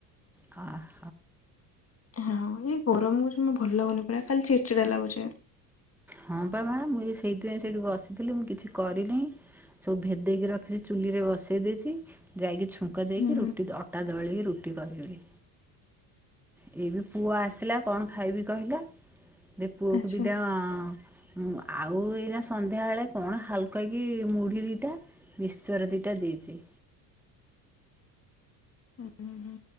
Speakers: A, in the centre; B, on the left.
A: ଆ
B: ହଁ ଏଇ ଗରମ ହୋଇଚି ଜମା ଭଲ ଲାଗୁନି ପରା ଖାଲି ଚିଡି ଚିଡା ଲାଗୁଚି।
A: ହଁ ପାବା ମୁଁ ଏଇ ସେଇଥିପାଇଁ ସେଇଠି ବସିଥିଲି ମୁଁ କିଛି କରିନେଇ। ସବୁ ଭେଦେଇକି ରଖି ଚୁଲିରେ ବସେଇ ଦେଇଚି ଯାଇକି ଚୁ ଟଙ୍କା
B: ହୁଁ
A: ଦେଇକି ରୁଟି ଅଟା ଦଳିକି ରୁଟି କରିଦେବି। ଏଇ ବି ପୁଅ ଆସିଲା କଣ ଖାଇବି କହିଲା ଦେ ପୁଅକୁ
B: ଆଚ୍ଛା।
A: ଦିଟା ହଁ ଆଉ ଏଇନା ସନ୍ଧ୍ୟାବେଳେ କଣ ହାଲକା କି ମୁଢି ଦିଟା ମିଶ୍ଚର ଦିଟା ଦେଇଚି।
B: ହୁ ହୁଁ